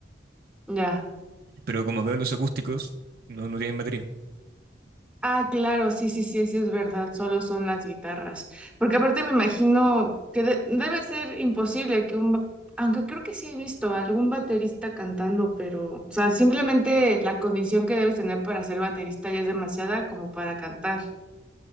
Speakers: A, in the centre; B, on the right.
A: Ya.
B: Pero como veo los acústicos, no, no tienen batería.
A: Ah, claro, sí, sí, sí, sí es verdad, solo son las guitarras. Porque aparte me imagino que de- debe ser imposible que un, ba- aunque creo que sí he visto algún baterista cantando, pero, o sea, simplemente la condición que debes tener para ser baterista ya es demasiada como para cantar.